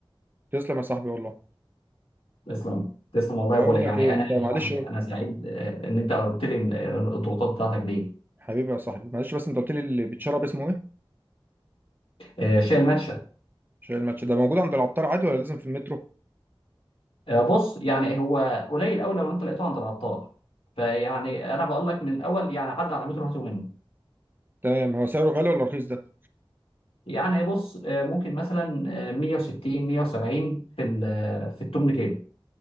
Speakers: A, on the right; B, on the left.
A: تسلم يا صاحبي والله
B: تسلم تسلم والله
A: بقول
B: يا ابو علي.
A: لك
B: يعني
A: ايه
B: انا
A: انت معلش
B: يعني انا سعيد آه، ان انت قلت لي إن، آه، الضغوطات بتاعتك دي
A: حبيبي يا صاحبي معلش بس انت قلت لي اللي بيتشرب اسمه ايه
B: آه، شايل ماتشة
A: عشان الماتش ده موجود عند العطار عادي ولا لازم في المترو
B: آه، بص يعني هو قليل قوي لو انت لقيته عند العطار فيعني انا بقول لك من الاول يعني عدى على متر وهاته منه
A: تمام هو سعره غالي ولا رخيص ده
B: يعني بص آه، ممكن مثلا آه، 160 170 في ال- في التمن كيلو